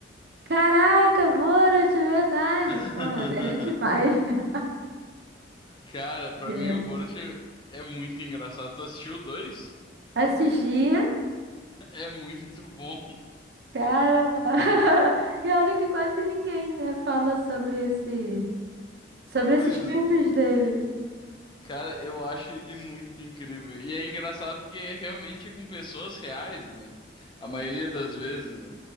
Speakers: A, on the right; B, on the left.
A: Caraca, Borat, verdade.
B: <laughs>
A: Porra, dele é demais, meu
B: Cara, pra
A: Deus.
B: mim o Borat é é muito engraçado. Tu assistiu o dois? <laughs>
A: Assistia,
B: É muito bom.
A: cara. <laughs> E olha que quase ninguém, né, fala sobre esse, sobre
B: Pois,
A: esses filmes dele.
B: cara, eu acho ele muito incrível. E é engraçado porque realmente é com pessoas reais, né? A maioria das vezes, né?